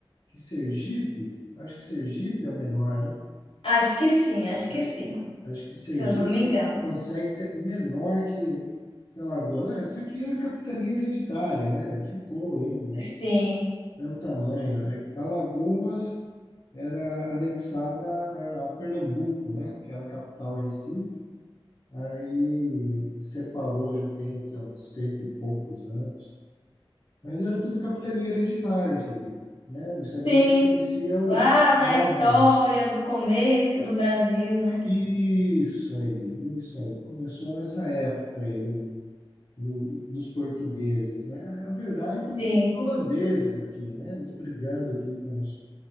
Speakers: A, on the left; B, on the left.
A: que Sergipe. Acho que Sergipe é o menor, né?
B: Acho que sim, acho
A: Eu
B: que
A: Acho,
B: sim.
A: acho que Sergipe
B: se eu não me engano.
A: consegue ser menor que, que Alagoas. Ah, isso aqui era capitania hereditária, né? Ficou ainda, né?
B: Sim,
A: É um tamanho. É que Alagoas era anexada a, a Pernambuco, né? Que era a capital Recife. Aí separou, já tem o quê? Uns cento e poucos anos. Mas era tudo capitania hereditária isso aqui, né? Isso
B: sim,
A: aqui pertencia aos
B: lá
A: nobres.
B: da história, do começo do Brasil, né?
A: Isso aí, isso aí. Começou nessa época aí do, do- dos portugueses, né? Na verdade,
B: Sim,
A: começou com os holandeses aqui, né? Eles brigando aqui com os,